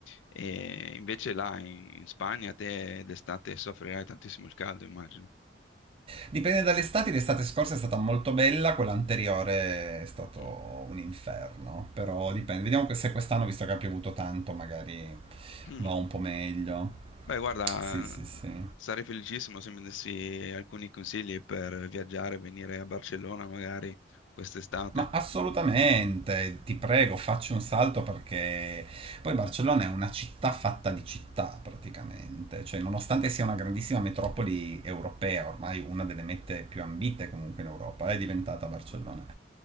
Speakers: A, on the left; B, on the right.
A: E invece là in, in Spagna te d'estate soffrirai tantissimo il caldo, immagino.
B: Dipende dall'estate, l'estate scorsa è stata molto bella, quella anteriore è stato
A: Mm.
B: un inferno, però dipende. Vediamo se quest'anno, visto che ha piovuto tanto, magari
A: Mm.
B: va un po' meglio.
A: Beh, guarda,
B: Sì, sì, sì.
A: sarei felicissimo se mi dessi alcuni consigli per viaggiare, venire a Barcellona magari quest'estate.
B: Ma assolutamente, ti prego, facci un salto perché poi Barcellona è una città fatta di città praticamente, cioè nonostante sia una grandissima metropoli europea, ormai una delle mete più ambite comunque in Europa, è diventata Barcellona.